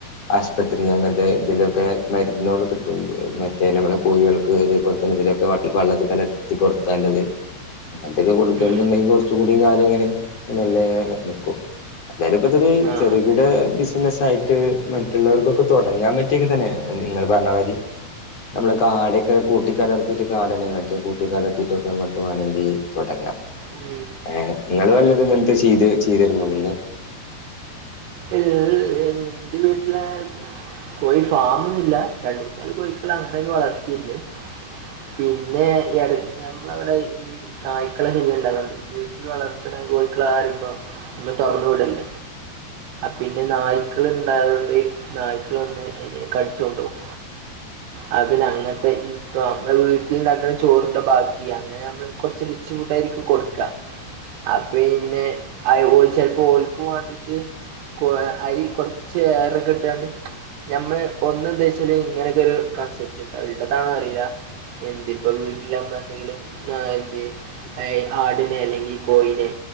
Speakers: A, on the left; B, on the right.
A: ആശുപത്രി അങ്ങനത്തെ ഇതിലൊക്കെ മരുന്നിനോട് കിട്ടും മറ്റേ നമ്മളുടെ കോഴികൾക്ക് അതേപോലെ തന്നെ ഇതിലൊക്കെ വെള്ളത്തിൽ കലത്തി കൊടുക്കാനുള്ളത് അങ്ങനത്തൊക്കെ കൊടുക്കണെന്നുണ്ടെങ്കിൽ
B: ഉം,
A: കൊറച്ചു കൂടിയ കാലം ഇങ്ങനെ നല്ല നിക്കും. എന്തായാലും ഇപ്പ ഇച്ചിരി
B: ആ
A: ചെറുകിട ബിസിനസ് ആയിട്ട് മറ്റുള്ളവർക്കൊക്കെ തുടങ്ങാൻ പറ്റു- ക്കെ തന്നെ നിങ്ങൾ പറഞ്ഞമാതിരി നമ്മള് കാടൊക്കെ കൂട്ടി കലർത്തിട്ട് കാടനെ മറ്റേ കൂട്ടി കലർത്തിയിട്ടൊക്കെ നമക്ക് വേണമെങ്കിൽ തുടങ്ങാം.
B: ഉം
A: ഏഹ് നിങ്ങൾ വല്ലത് ഇങ്ങനത്തെ ചെയ്ത് ചെയ്തിരുന്നോ മുന്നേ
B: എഹ് എൻ്റെ വീട്ടിലെ <unintelligible> കോഴി ഫാമൊന്നില്ല രണ്ട് മൂന്ന് നാല് കോഴഴിക്കൾ അങ്ങനെ വളർത്തിയിട്ടുണ്ട്. പിന്നെ ഈ അടുത്ത് നമ്മളെ ഇവിടെ നായ്ക്കളെക്കെ ശല്യം ണ്ട് അതുകൊണ്ട് വീട്ടിൽ വളർത്തണ കോഴികളാമ്പോൾ ഒന്നും തുറന്നു വിടില്ല. പിന്നെ നായ്ക്കള് ഇണ്ടായതുകൊണ്ട് ഇ നായ്ക്കൾ വന്ന് അതിനെ കടിച്ചോണ്ട് പോവും.
A: <inaudible>
B: ആ പിന്നെ അങ്ങനത്തെ ഇപ്പം നമ്മടെ വീട്ടിൽ ഉണ്ടാക്കണ ചോറിൻ്റെ ബാക്കി അങ്ങനെ നമ്മള് കുറച്ച് മിച്ചമിണ്ടയിരിക്കും കൊടുക്കുക. അപ്പൊ പിന്നെ ചിലപ്പോ ഓൽക്കും വേണ്ടിട്ട് കൊ അരി കൊറച്ച് ഏറെക്കെ കിട്ടാണ്ട് മ്മള് ഒന്ന് ഉദ്ദേശിച്ചത് ഇങ്ങനെയൊക്കെ ഒരു കൺസെപ്റ്റ് ഉണ്ടാവും ഉള്ളതാണന്ന് അറിയില്ല. എന്തിപ്പം വീട്ടില് നമ്മള്എന്തെങ്കിലും <unintelligible> ആടിനെ അല്ലെങ്കിൽ കോഴിനെ